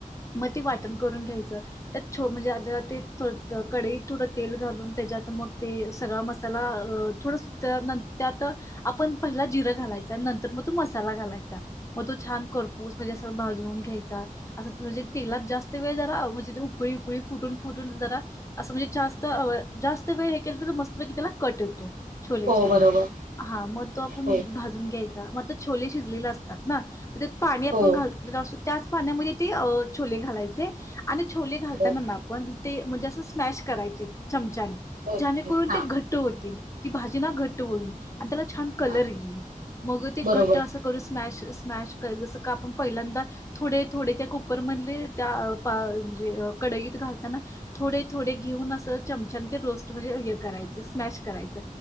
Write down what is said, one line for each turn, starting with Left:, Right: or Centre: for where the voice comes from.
Left: म ते वाटण करून घ्यायचं. त्यात छो म्हणजे आता ते थो कडयीत थोडं तेल घालून त्याच्यात मग ते सगळा मसा त्याला अ थोडस त्यांतना त्यात आपण पहिला जिरं घालायचा, नंतर म तो मसाला घालायचा. म तो छान करपूस म्हणजे अस भाजुन घ्यायचा असं त म्हणजे. तेलात जास्त वेळ जरा म्हणजे ते उकळी, उकळी फुटून, फुटून जरा. असं म्हणजे जास्त अवेळ जास्त वेळ हे केल तर मस्तपैकी त्याला कट येतो. छोले
Right: हो
Left: छायला
Right: बरोबर
Left: हा मग तो आपुन
Right: हो
Left: भाजून घ्यायचा म त छोले शिजलेले असतात ना. त्याच्यात पाणी आपण
Right: हो
Left: घातलेलं असतो, त्याच पाण्यामध्ये ते अ छोले घालायचे. आणि छोले घालताना
Right: बर
Left: ना आपण ते म्हणजे असं स्मॅश करायचे चमच्याने.
Right: ओके
Left: ज्याणेकरून
Right: हां
Left: ते घट्ट होतील, ती भाजीना घट्ट होईल. आणि त्याला छान कलर
Right: हां
Left: येईल मग ते घट्ट
Right: बरोबर
Left: असं करू. स्मॅश, स्मॅश कर स कापूण पहिल्यांदा. थोडे, थोडे त्या कुकर मधले त्या पा म्हणजे कडईत घालताना. थोडे, थोडे घेऊन असं चमच्यान ते रोस्ट म्हणजे हे करायच स्मॅश. करायच